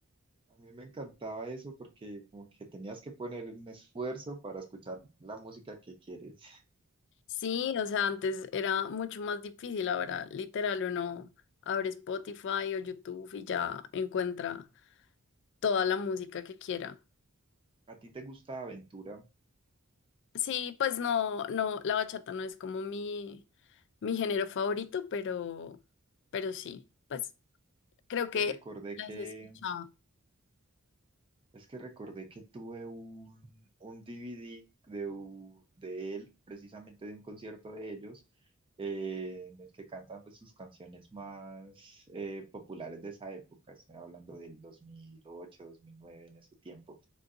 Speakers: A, on the right (about 25°); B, on the left (about 55°).
A: A mí me encantaba eso porque como que tenías que poner un esfuerzo para escuchar la música que quieres.
B: Sí, o sea, antes era mucho más difícil, ahora literal uno abre Spotify o YouTube y ya encuentra toda la música que quiera.
A: ¿A ti te gusta Aventura?
B: Sí, pues no, no, la bachata no es como mi, mi género favorito, pero, pero sí, pues creo
A: Que
B: que
A: recordé
B: las
A: que
B: he escuchado.
A: Es que recordé que tuve un, un DVD de, u- de él, precisamente de un concierto de ellos, eh, en el que cantan pues, sus canciones más eh, populares de esa época, estoy hablando del 2008, 2009, en ese tiempo.